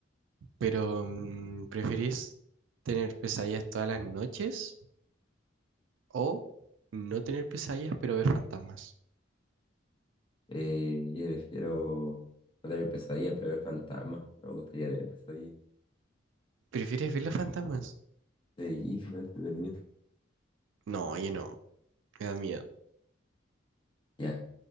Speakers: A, on the right; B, on the left.
A: pero mm, ¿preferís tener pesadillas todas las noches? O no tener pesadillas, pero ver fantasmas.
B: Eh, yo prefiero no tener pesadillas, pero ver fantasmas. Me gustaría tener pesadillas.
A: ¿Prefieres ver los fantasmas?
B: Sí, más entretenido.
A: No, oye, no. Me da miedo.
B: Ya.